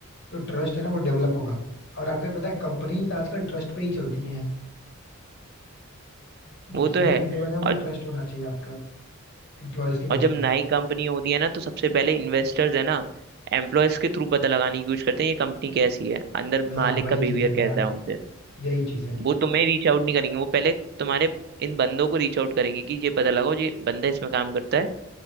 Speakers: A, on the left (about 50°); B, on the right (about 50°).
A: जो ट्रस्ट है ना वो डेवलप होगा और आपको ये पता है कंपनीज आजकल ट्रस्ट पे ही चलती हैं जो
B: वो
A: सीनियर
B: तो है
A: लेवल है वो
B: और
A: ट्रस्ट होना चाहिए आपका एम्प्लॉयज के
B: और
A: बीच
B: जब
A: में
B: नई कंपनी होती है ना तो सबसे पहले इन्वेस्टर्स है ना एम्प्लॉयज के थ्रू पता लगाने की कोशिश करते हैं ये कंपनी कैसी है अंदर
A: हाँ,
B: मालिक
A: वही
B: का
A: चीज़
B: बिहेवियर
A: है ना यार,
B: कैसा है
A: यही चीज़ है।
B: वो तुम्हें रीच आउट नहीं करेंगे वो पहले तुम्हारे इन बंदों को रीच आउट करेंगे कि ये पता लगाओ ये बंदा इसमें काम करता है